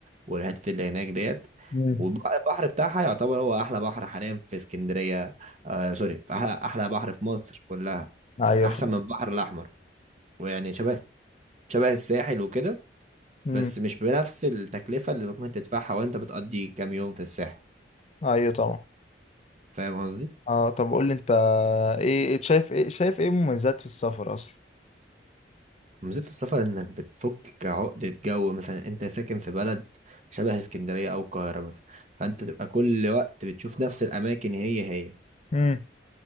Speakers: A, on the right; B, on the left.
A: والحتت اللي هناك ديت
B: مم.
A: والبحر بتاعها يعتبر هو احلى بحر حاليا في اسكندرية آه سوري في احلى احلى بحر في مصر كلها
B: ايوه
A: احسن
B: ف-
A: من البحر الاحمر ويعني شبه شبه الساحل وكده
B: مم.
A: بس مش بنفس التكلفة اللي ممكن تدفعها وانت بتقضي كام يوم في الساحل
B: ايوه طبعا
A: فاهم قصدي؟
B: اه طب قول لي انت ايه إيه شايف ايه شايف ايه مميزات في السفر اصلا
A: ومزيد في السفر انك بتفك عقدة جو مثلا انت ساكن في بلد شبه اسكندرية او القاهرة مثلا فانت تبقى كل وقت بتشوف نفس الاماكن هي هي
B: امم